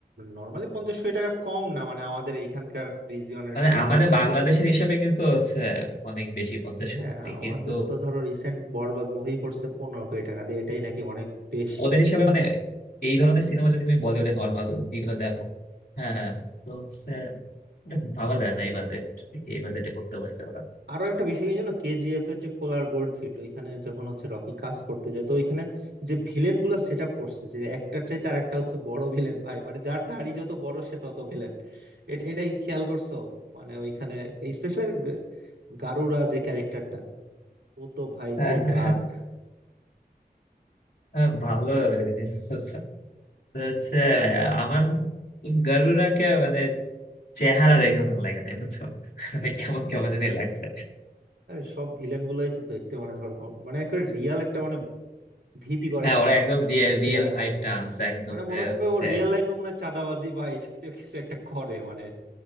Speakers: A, on the right; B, on the left.
A: নর্মালি পঞ্চাশ কোটি টাকা কম না মানে আমাদের এইখানকার রিজিয়নের
B: মানে
A: সিনেমা
B: আমাদের
A: হিসেবে
B: বাংলাদেশের হিসেবে কিন্তু হচ্ছে অনেক বেশি পঞ্চাশ
A: হ্যাঁ
B: কোটি
A: আমাদের
B: কিন্তু
A: তো ধরো রিসেন্ট বরবাদ মুভি করছে পনেরো কোটি টাকা দিয়ে এটাই নাকি অনেক বেশি
B: ওদের হিসেবে মানে এই ধরনের সিনেমা যদি তুমি বলিউডে নর্মাল এগুলো দেখো হ্যাঁ হ্যাঁ তো হচ্ছে এটা ভাবা যায় না এই বাজেট এই বাজেটে করতে পারছে ওরা
A: আরো একটা বিষয় কি জানো কেজিএফ এর যে কোলার গোল্ডফিল্ড ওইখানে যখন হচ্ছে রকি কাজ করতে যায় তো ওইখানে যে ভিলেন গুলা সেট আপ করছে যে একটার চাই তার একটা হচ্ছে বড় ভিলেন ভাই মানে যার দাড়ি যত বড় সে তত ভিলেন এটাই খেয়াল করছো মানে ওইখানে স্পেশালি গারুরা যে ক্যারেক্টারটা ও তো ভাই
B: হ্যাঁ
A: যে
B: হ্যাঁ
A: ডার্ক
B: হ্যাঁ। হ্যাঁ ভালো জিনিস বলছেন। তো হচ্ছে আমার গার্লফ্রেন্ডকে মানে চেহারা দেখে ভালো লাগে না বুঝছো মানে কেমন কেমন জানি লাগছে
A: আরে সব ভিলেন গুলাই তো দেখতে মানে ধরো তোমার মানে একেবারে রিয়াল একটা মানে ভীতিকর
B: হ্যাঁ
A: একটা
B: ওরা একদম রিয়েল
A: শেয়ার
B: রিয়েল ভাইবটা আনছে একদম
A: মানে মনে
B: যে
A: হচ্ছে
B: হচ্ছে
A: ভাই ও রিয়েল লাইফে মনে হয় চাঁদাবাজি বা এই জাতীয় কিছু একটা করে মানে